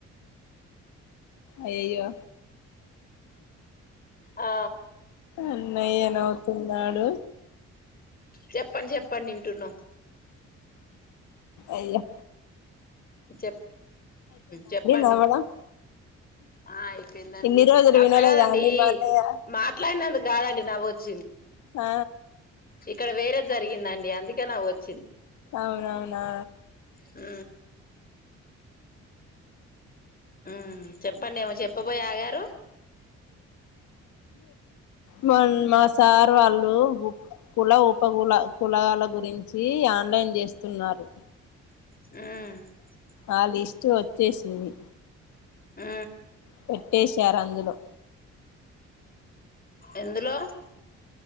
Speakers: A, on the left; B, on the left.
A: అయయ్యో
B: ఆ
A: అన్నయ్యే నవుతున్నాడు
B: చెప్పండి చెప్పండి వింటున్నాం
A: అయ్యా
B: చెప్ చెప్పండి
A: నవ్వడం
B: ఆ అయిపోయిందండి
A: ఇన్ని రోజులు
B: అట్ల
A: వినలేదా
B: కదండి
A: అండి మా అన్నయ్య
B: మాట్లాడినందుకు కాదండి నవ్వు వచ్చిం
A: ఆ
B: ఇక్కడ వేరే జరిగిందండి అందుకే నావ్ వచ్చిం
A: అవునవునా
B: ఊ ఉమ్ చెప్పండి ఏమో చెప్పబోయి ఆగారు
A: మన్ మా సార్ వాళ్ళు ఇప్పుడు ఊ కుల పావుల కుల కులాల గురించి ఆన్లైన్ చేస్తున్నారు
B: ఉహు
A: ఆ లిస్ట్ వచ్చేసింది
B: ఊ
A: పెట్టేశారు అందులో
B: ఎందులో